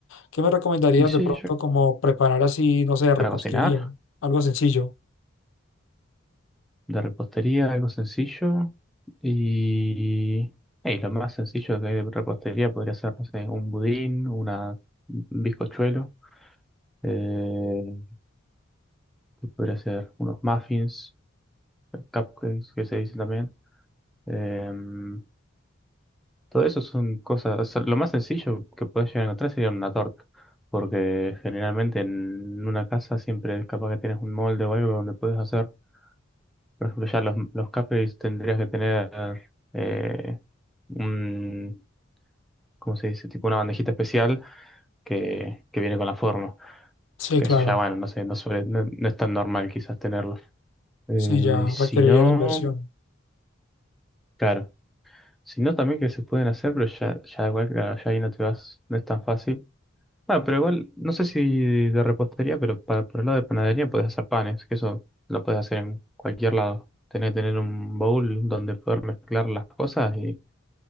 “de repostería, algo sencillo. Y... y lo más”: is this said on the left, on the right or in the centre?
Centre